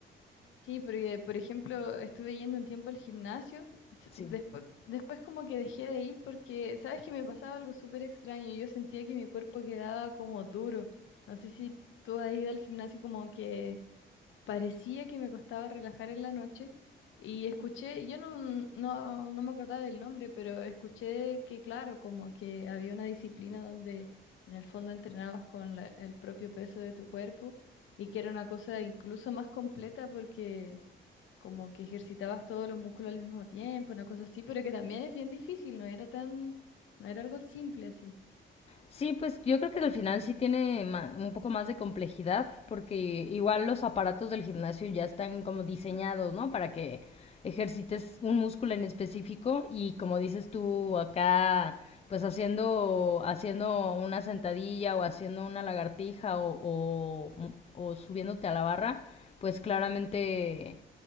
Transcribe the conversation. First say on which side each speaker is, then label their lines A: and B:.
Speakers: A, on the left; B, on the left.
A: Sí, porque por ejemplo estuve yendo un tiempo al gimnasio, s-
B: sí.
A: después, después como que dejé de ir porque, ¿sabes que me pasaba algo súper extraño? Yo sentía que mi cuerpo quedaba como duro. No sé si tú has ido al gimnasio como que parecía que me costaba relajar en la noche y escuché, yo no, no, no me acordaba del nombre, pero escuché que claro, como que había una disciplina donde en el fondo entrenabas con la- el propio peso de tu cuerpo y que era una cosa incluso más completa porque como que ejercitabas todos los músculos al mismo tiempo, una cosa así, pero que también es bien difícil, no era tan, no era algo simple así.
B: Sí, pues yo creo que al final sí tiene ma- un poco más de complejidad, porque igual los aparatos del gimnasio ya están como diseñados, ¿no? Para que ejercites un músculo en específico y como dices tú acá, pues haciendo, haciendo una sentadilla o haciendo una lagartija o, o, o subiéndote a la barra, pues claramente